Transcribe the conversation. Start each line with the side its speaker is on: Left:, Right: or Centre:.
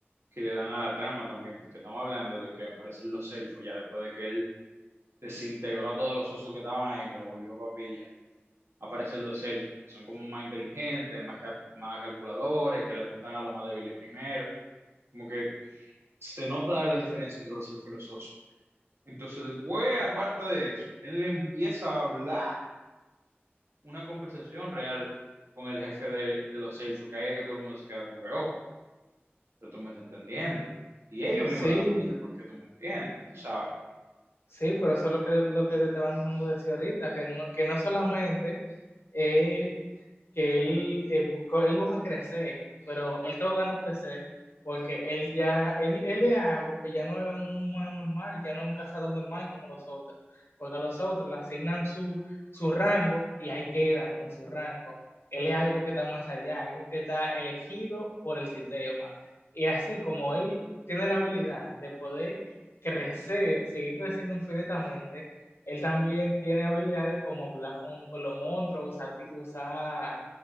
Right: que le dan a la trama también, porque estamos hablando de que aparecen los elfos, ya después de que él desintegró a todos los osos que estaban ahí, que lo volvió papilla, aparecen los elfos, que son como más inteligentes, más, cal- más calculadores, que le apuntan a los más débiles primero, como que se nota la diferencia entre los elfos y los osos. Entonces, después, aparte de eso, él le empieza a hablar una conversación real con el jefe de, de los elfos, que ahí es que todo el mundo se queda como que, oh, pero tú me estás entendiendo. Y ellos
Left: Sí,
Right: mismos estaban como que, ¿por qué tú me entiendes? Tú sabes,
Left: sí, pero eso es lo que, lo que te estaban dando decir ahorita, que no, que no solamente es que él, eh, él busca crecer, pero él está buscando crecer porque él ya, él, él es algo que ya no es un humano normal, ya no es un cazador normal como los otros, porque a los otros le asignan su, su rango y ahí quedan con su rango. Él es algo que está más allá, algo que está elegido por el sistema. Y así como él tiene la habilidad de poder crecer, seguir creciendo infinitamente, él también tiene habilidades como hablar con, con los monstruos, usar, usar